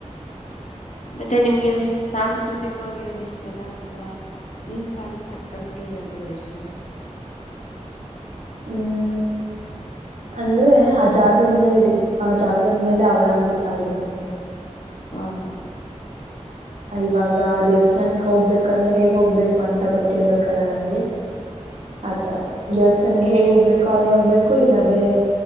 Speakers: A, on the left; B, on the right.
A: ಮತ್ತೆ ನಿಮ್ಗೆ ಸಾಂಸ್ಕೃತಿಕವಾಗಿರೋದಿಷ್ಟ ಚಲ ಅಥವಾ ಈ ಕಾಲಕ್ಕೆ ತಕ್ಕ ಕಂಗೆ ಇರೋದು ಇಷ್ಟಲ್ಲ
B: ಹ್ಮ್ ಅಂದ್ರೆ ಆ ಜಾಗದ್ಮೇಲೆ ಡಿಪ್ ಆ ಜಾಗದ ಮೇಲೆ ಅವಲಂಬಿತ ಆಗಿರುತ್ತೆ
A: ಹಾ ಹಾ
B: ಇವಾಗ ದೇವಸ್ಥಾನಕ್ಕೆ ಹೋಗ್ಬೇಕಂದ್ರೆ ಹೇಗ್ ಹೋಗ್ಬೇಕು ಅಂತ ಗೊತ್ತಿರ್ಬೇಕಲ್ಲ ನಮ್ಗೆ ಆತರ ದೇವಸ್ಥ ನನಗೆ ಹೇಗ್ ಹೋಗ್ಬೇಕು ಹಾಗೆ ಹೋಗ್ಬೇಕು ಇಲ್ಲ ಬೇರೆ